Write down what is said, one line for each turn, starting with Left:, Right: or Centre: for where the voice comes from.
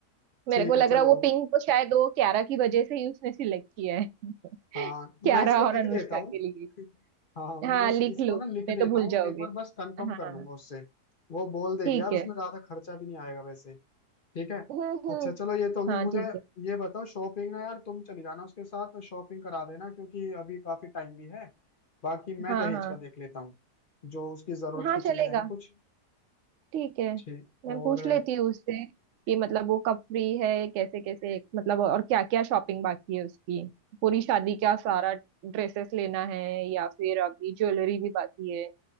Right: मेरे
Left: ठीक
Right: को लग
Left: है चलो
Right: रहा है वो पिंक तो शायद वो क्यारा की वजह से ही उसने सिलेक्ट किया है <laughs>
Left: हाँ
Right: क्यारा
Left: मैं इसको लिख
Right: और अनुष्का
Left: देता हूँ
Right: के लिए
Left: हाँ
Right: हाँ
Left: मैं उस
Right: लिख
Left: इसको
Right: लो
Left: ना
Right: नहीं
Left: लिख देता
Right: तो भूल
Left: हूँ
Right: जाओगे
Left: एक बार बस कंफर्म
Right: हाँ
Left: कर लूंगा उससे वो बोल देगी
Right: ठीक
Left: यार
Right: है
Left: उसमें ज्यादा खर्चा भी नहीं आएगा वैसे ठीक है
Right: हम्म हम्म
Left: अच्छा चलो ये तो होगी
Right: हाँ
Left: मुझे
Right: ठीक है
Left: ये बताओ शॉपिंग ना यार तुम चली जाना उसके साथ शॉपिंग करा देना क्योंकि अभी काफी टाइम भी है बाकी मैं
Right: हाँ
Left: दहेज
Right: हाँ
Left: का देख लेता हूँ जो उसकी जरूरत
Right: हाँ
Left: की चीजें
Right: चलेगा
Left: हैं कुछ
Right: ठीक है
Left: ठीक
Right: मैं
Left: और
Right: पूछ लेती हूँ उससे कि मतलब वो कब फ्री है कैसे कैसे मतलब और क्या क्या शॉपिंग बाकी है उसकी पूरी शादी का सारा ड्रेसेस लेना है या फिर अभी ज्वेलरी भी बाकी है